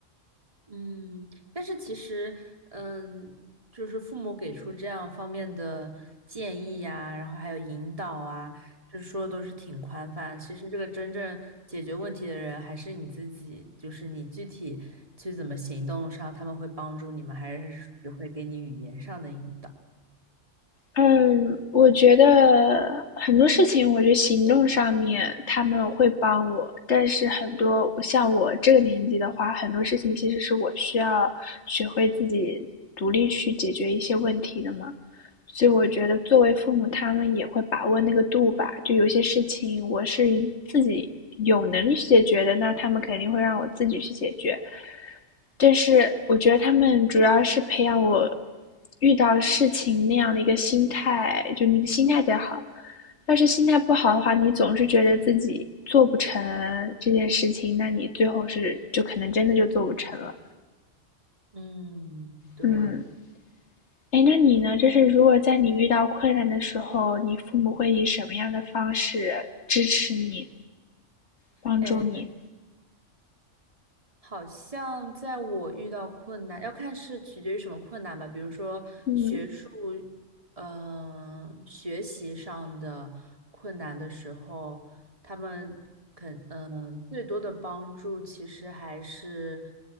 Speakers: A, on the right; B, on the left.
A: 嗯，但是其实，嗯，就是父母给出这样方面的建议呀，然后还有引导啊，就是说的都是挺宽泛。其实这个真正解决问题的人还是你自己，就是你具体去怎么行动上，他们会帮助你们，还是只会给你语言上的引导？
B: 嗯，我觉得很多事情，我觉得行动上面他们会帮我，但是很多像我这个年纪的话，很多事情其实是我需要学会自己独立去解决一些问题的嘛。所以我觉得作为父母，他们也会把握那个度吧。就有些事情我是自己有能力去解决的，那他们肯定会让我自己去解决。但是我觉得他们主要是培养我遇到事情那样的一个心态，就你的心态得好。要是心态不好的话，你总是觉得自己做不成这件事情，那你最后是就可能真的就做不成了。
A: 嗯，对。
B: 嗯，哎，那你呢？就是如果在你遇到困难的时候，你父母会以什么样的方式支持你、帮助你？
A: 诶。好像在我遇到困难，要看是取决于什么困难吧。比如说学术，
B: 嗯
A: 嗯、学习上的困难的时候，他们嗯，最多的帮助其实还是